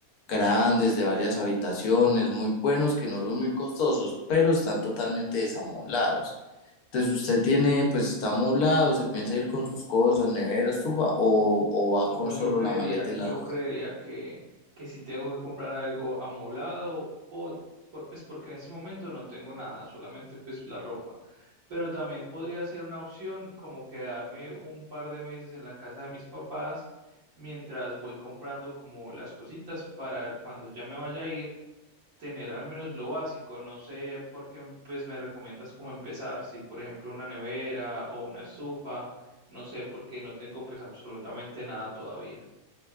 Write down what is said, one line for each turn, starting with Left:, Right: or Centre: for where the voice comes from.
Left: grandes de varias habitaciones, muy buenos que no son muy costosos, pero están totalmente desamoblados. Entonces usted tiene, pues está amoblado, se piensa ir con sus cosas, nevera, estufa, o, o va
Right: No,
Left: con
Right: yo
Left: solo
Right: creería,
Left: la maleta y
Right: yo
Left: la ropa.
Right: creería que, que si tengo que comprar algo amoblado o por- pues porque en ese momento no tengo nada, solamente pues la ropa. Pero también podría ser una opción como quedarme un par de meses en la casa de mis papás mientras voy comprando como las cositas para cuando ya me vaya a ir, tener al menos lo básico. No sé por qué pues, me recomiendas cómo empezar, si por ejemplo una nevera o una estufa, no sé porque no tengo pues absolutamente nada todavía.